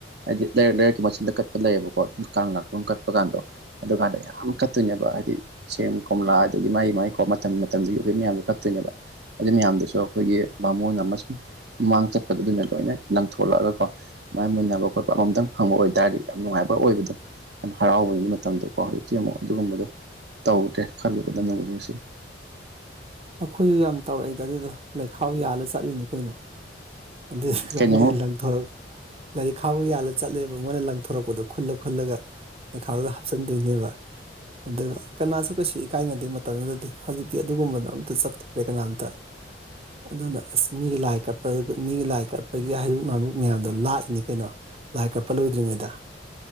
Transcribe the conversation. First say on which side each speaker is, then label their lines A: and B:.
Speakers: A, on the right; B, on the right.
A: ꯍꯥꯏꯗꯤ ꯂꯩꯔꯛ ꯂꯩꯔꯛꯀꯤ ꯃꯆꯤꯟꯗ ꯀꯠꯄ ꯂꯩꯌꯦꯕꯀꯣ ꯑꯗꯨꯝ ꯀꯥꯡ ꯂꯥꯛꯄ ꯑꯗꯨꯝ ꯀꯠꯄ ꯀꯥꯟꯗꯣ ꯑꯗꯨꯀꯥꯟꯗ ꯌꯥꯝ ꯀꯠꯇꯣꯏꯅꯦꯕ ꯍꯥꯏꯗꯤ ꯁꯦꯝ ꯀꯣꯝꯂꯥ ꯑꯗꯒꯤ ꯃꯥꯏ ꯃꯥꯏ ꯀꯣ ꯃꯇꯝ ꯃꯇꯝꯗꯨꯒꯤ ꯎꯍꯩ ꯃꯌꯥꯝꯗꯣ ꯀꯠꯇꯣꯏꯅꯦꯕ ꯑꯗꯨꯏ ꯃꯌꯥꯝꯗꯨꯁꯨ ꯑꯩꯈꯣꯏꯒꯤ ꯕꯥꯃꯣꯟ ꯑꯃꯁꯨꯡ ꯃꯥꯡ ꯆꯠꯄꯗꯨꯗꯨꯅ ꯂꯣꯏꯅ ꯂꯪꯊꯣꯛꯂꯛꯑꯒꯀꯣ ꯃꯥꯏ ꯃꯨꯟꯅꯕ ꯈꯣꯠꯄ ꯑꯃꯃꯝꯇꯪ ꯐꯪꯕ ꯑꯣꯏꯇꯥꯔꯗꯤ ꯌꯥꯝ ꯅꯨꯡꯉꯥꯏꯕ ꯑꯣꯏꯕꯗꯣ ꯌꯥꯝ ꯍꯔꯥꯎꯕꯒꯤ ꯃꯇꯝꯗꯨ ꯀꯣ ꯍꯧꯖꯤꯛꯇꯤ ꯑꯃꯨꯛ ꯑꯗꯨꯒꯨꯝꯕꯗꯣ ꯇꯧꯗ꯭ꯔꯦ ꯈꯜꯂꯨꯕꯗ ꯅꯨꯕꯨ ꯅꯨꯁꯤ
B: ꯑꯩꯈꯣꯏꯁꯨ ꯌꯥꯝ ꯇꯧꯔꯛꯏꯗ ꯑꯗꯨꯗ ꯂꯩꯈꯥꯎ ꯌꯥꯜꯂ ꯆꯠꯂꯤꯅꯤ ꯀꯩꯅꯣ <unintelligible>
A: ꯎꯝ ꯀꯩꯅꯣꯃꯨꯛ
B: ꯃꯣꯏꯅ ꯂꯪ ꯊꯣꯔꯛ ꯂꯥꯏꯔꯤꯛ ꯈꯥꯎꯒ ꯌꯥꯜꯂ ꯆꯠꯂꯦꯕ ꯃꯣꯏꯅ ꯂꯪꯊꯣꯔꯛꯄꯗꯣ ꯈꯨꯜꯂ ꯈꯨꯜꯂꯒ ꯂꯩꯈꯥꯎꯗ ꯍꯥꯞꯆꯟꯗꯣꯏꯅꯦꯕ ꯑꯗꯨꯒ ꯀꯅꯥꯁꯨ ꯀꯩꯁꯨ ꯏꯀꯥꯏꯅꯗꯦ ꯃꯇꯝꯗꯨꯗꯗꯤ ꯍꯧꯖꯤꯛꯇꯤ ꯑꯗꯨꯒꯨꯝꯕꯗꯣ ꯑꯝ ꯇ ꯆꯠꯈꯤꯗ꯭ꯔꯦ ꯀꯅꯥꯝꯇ
A: <inaudible>
B: ꯑꯗꯨꯅ ꯑꯁ ꯃꯤꯒꯤ ꯂꯥꯏ ꯀꯠꯄ ꯑꯗꯨ ꯃꯤꯒꯤ ꯂꯥꯏ ꯀꯠꯄꯒꯤ ꯍꯩꯔꯨꯛ ꯂꯥꯂꯨꯛ ꯃꯌꯥꯝꯗꯣ ꯂꯥꯛꯏꯅꯤ ꯀꯩꯅꯣ ꯂꯥꯏ ꯀꯠꯄ ꯂꯣꯏꯗ꯭ꯔꯤꯉꯩꯗ